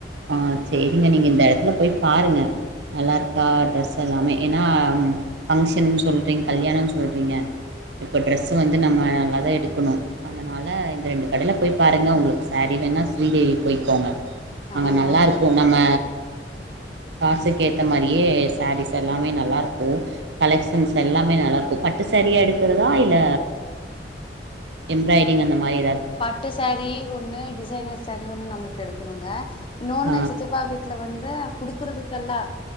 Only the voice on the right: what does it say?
ஆ செரிங்க நீங்கள் இந்த இடத்துல போய் பாருங்கள் நல்லாருக்கும் ஹா ட்ரெஸ் எல்லாமே ஏன்னா ம் ஃபங்க்ஷன் சொல்றீங்க கல்யாணம்னு சொல்றீங்க இப்போ டெரெஸ் வந்து நம்ம நல்லா தான் எடுக்கணும் அதனால இந்த ரெண்டு கடையில போய் பாருங்க உங்களுக்கு சாரி வேணா ஸ்ரீதேவிக்போய்கோங்க அங்க
நல்லா
இருக்கும் நம்ம காசுக்கேதமரியே சாரீஸ் எல்லாமே நல்லா இருக்கும் கலக்சன்ஸ் எல்லாமே நல்லாயிருக்கு பட்டுசரியா எடுக்குறத இல்ல எம்ரய்டிங் அந்த மாதிரியா
ஆ